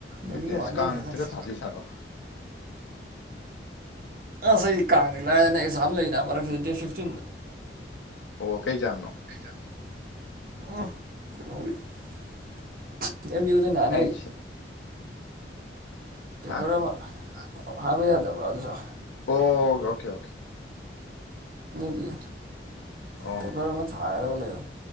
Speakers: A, on the right; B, on the left.
A: ꯅꯨꯡꯗꯤ
B: ꯐꯤꯐꯇꯤꯟ
A: ꯅꯨꯡꯉꯥꯏꯗꯣꯏꯅꯦ
B: ꯑꯁ ꯀꯥꯡ ꯅꯨꯃꯤꯠꯇꯒ
A: ꯍꯟꯗꯛꯁꯦ
B: ꯊꯥꯗꯣꯏ ꯖꯥꯠꯂꯣ
A: ꯑꯁ ꯑꯩ ꯀꯥꯡꯗꯤ ꯂꯥꯏꯗꯅ ꯑꯦꯛꯖꯥꯝ ꯂꯩꯅꯤ ꯃꯔꯛꯁꯤꯗ ꯗꯦꯠ ꯐꯤꯞꯇꯤꯟꯗ
B: ꯑꯣ ꯀꯩꯖꯥꯕꯅꯣ
A: ꯀꯩꯅꯣꯒꯤ ꯑꯦꯝ. ꯌꯨ <unintelligible>
B: ꯍꯥꯏꯁ
A: ꯄꯦꯄꯔ
B: ꯍꯥ
A: ꯑꯃ ꯍꯥꯏꯞꯕ ꯌꯥꯗꯕ꯭ꯔꯥ ꯑꯗꯨꯁꯨ
B: ꯑꯣ ꯑꯣꯀꯦ ꯑꯣꯀꯦ
A: ꯒꯤ
B: ꯑꯣ
A: ꯄꯦꯄꯔ ꯑꯃ ꯊꯥ ꯈꯥꯏꯕ ꯂꯒꯦ